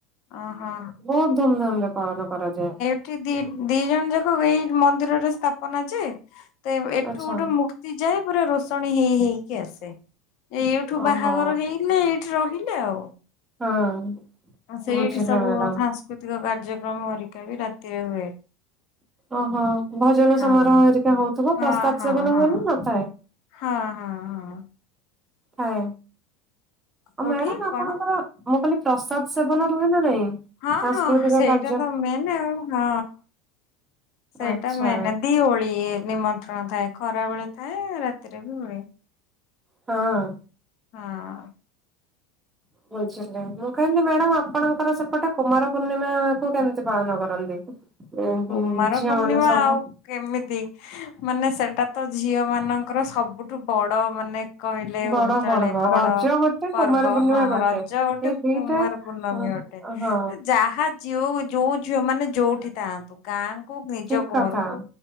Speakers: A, on the left; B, on the right.
A: ଓହୋ।
B: ବହୁତ୍ ଧୁମଧାମ୍ ରେ ପାଳନ କରାଯାଏ।
A: ଏଠି ଦି -ଦି ଜଣ ଯାକ ଏଇ ମନ୍ଦିରରେ ସ୍ଥାପନା ଯେ ତେ ଏଠୁ
B: ଆଚ୍ଛା
A: ଗୋଟେ ମୂର୍ତ୍ତ୍ ତି ଯାଏ ପୁରା ରୋଷଣୀ ହେଇ ହେଇକି ଆସେ ଏଇଠୁ
B: ଓହୋ
A: ବାହାଘର ହେଇଲେ ଏ ରହିଲେ ଆଉ।
B: ହଁ।
A: ସେଇଠି
B: ବୁଝିଲେ
A: ସବୁ
B: ମ୍ୟାଡାମ।
A: ସାଂସ୍କୃତିକ କାର୍ଯ୍ୟକ୍ରମ ହେରିକା ବି ରାତିରେ ହୁଏ।
B: ଓହୋ ଭଜନ
A: ହଁ
B: ସମାରୋହ ହେରିକା ହଉଥିବ
A: ହଁ
B: ପ୍ରସାଦ୍
A: ହଁ
B: ସେବନ
A: ହଁ
B: ହୁଏ ନା ନଥାଏ?
A: ହଁ -ହଁ -ହଁ।
B: ହଁ ଆ
A: କୋଉଠି
B: ମ୍ୟାଡାାମ ଆପଣଙ୍କର
A: କଣ
B: ଆମ କାଲି ପ୍ରସାଦ ସେବନ ରୁହେ ନା ନାଇଁ?
A: ହଁ
B: ସାଂସ୍କୃତିକ
A: ହଁ
B: କାର୍
A: ସେଇଟା ତ ମେନ ଆଉ ହଁ ସେଇଟା
B: ଆଚ୍ଛା
A: ମେନେ ଦି ଓଳି ୟେ। ନିମନ୍ତ୍ରଣ ଥାଏ। ଖରା ବେଳେ ଥାଏ ରାତିରେ ବି ହୁଏ।
B: ହଁ
A: ହଁ
B: ବୁଝିଲେ ମୁଁ କହିଲି ମ୍ୟାଡାମ ଆପଣଙ୍କର ସେପଟେ, କୁମାର ପୂର୍ଣ୍ଣିମା କୁ କେମିତି ପାଳନ କରନ୍ତି? ଉଁ
A: କୁମାର
B: ଝିଅ
A: ପୂର୍ଣ୍ଣିମା
B: ମାନେ ସବୁ?
A: ଆଉ କେମିତି ମାନେ ସେଟା ତ ଝିଅ ମାନଙ୍କର ସବୁଠୁ ବଡ଼ ମାନେ କହିଲେ
B: ବଡ
A: ହଉ ଚଳେ
B: ପର୍ବ
A: ବଡ
B: ରଜ ଗୋଟେ
A: ପର୍ବ।
B: କୁମାର ପୂର୍ଣ୍ଣିମା
A: ହଁ
B: ଗୋଟେ।
A: ରଜ ଗୋଟେ,
B: ଏଇ ଦିଟା
A: କୁମାର ପୂର୍ଣ୍ଣମୀ
B: ହଁ
A: ଗୋଟେ।
B: ହଁ
A: ଯାହା। ଯଉ ଯୋଉ ଝିଅ ମାନେ ଯୋଉଠି ଥାଆନ୍ତୁ ଗାଁ କୁ ନିଜ
B: ଠିକ
A: ଘରକୁ
B: କଥା